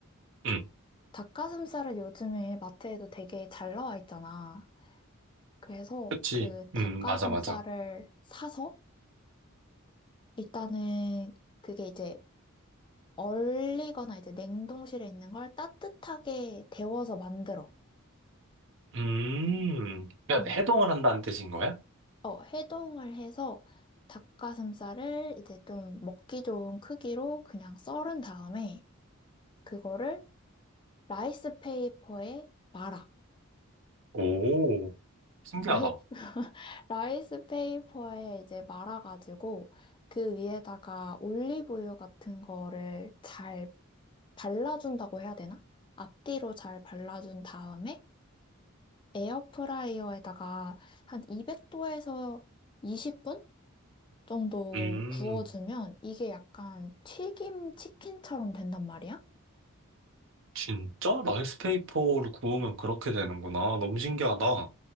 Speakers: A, on the right; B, on the left.
A: 응,
B: 닭가슴살을 요즘에 마트에도 되게 잘 나와 있잖아. 그래서
A: 그치.
B: 그 닭가슴살을
A: 음, 맞아, 맞아.
B: 사서 일단은 그게 이제 얼리거나 이제 냉동실에 있는 걸 따뜻하게 데워서 만들어.
A: 음, 그러니까
B: 음.
A: 해동을 한다는 뜻인 거야?
B: 어, 해동을 해서 닭가슴살을 이제 좀 먹기 좋은 크기로 그냥 썰은 다음에 그거를 라이스 페이퍼에 말아.
A: 오, 신기하다.
B: 라이, <laughs> 라이스 페이퍼에 이제 말아가지고 그 위에다가 올리브유 같은 거를 잘 발라준다고 해야 되나? 앞뒤로 잘 발라준 다음에 에어프라이어에다가 한 200도에서 20분 정도
A: 음.
B: 구워주면 이게 약간 튀김 치킨처럼 된단 말이야?
A: 진짜? 라이스페이퍼를 구우면 그렇게 되는구나. 너무 신기하다.